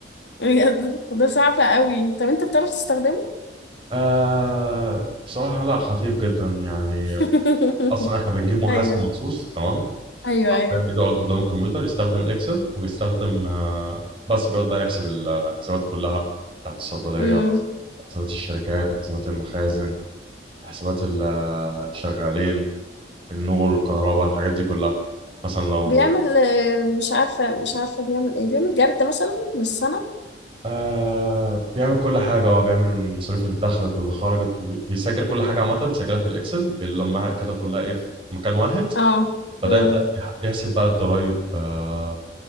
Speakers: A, on the left; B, on the right.
A: بجد <laughs> ده صعب قوي طب انت بتعرف تستخدمه
B: آه بصراحة لا خفيف جدا يعني
A: <laughs>
B: أصلا إحنا بنجيب محاسب
A: ايوه
B: مخصوص تمام
A: ايوه
B: حرفيا
A: ايوه
B: بيقعد قدام الكمبيوتر يستخدم الإكسل وبيستخدم آه بس بيقعد بقى يحسب الحسابات كلها بتاعت الصيدلية
A: امم
B: حسابات الشركات حسابات المخازن حسابات الشغالين النور الكهرباء الحاجات دي كلها مثلا لو
A: بيعمل آه، مش عارفه مش عارفه بيعمل ايه بيعمل جرد مثلا للسنه
B: آه بيعمل كل حاجة اه بيعمل المصاريف اللي دخلت واللي خرجت وبيسجل كل حاجة عامة بيسجلها في الإكسل بيلمها كده كلها إيه في مكان واحد
A: اه
B: بعدها
A: امم
B: يبدأ يح- يحسب بقى الضرايب آه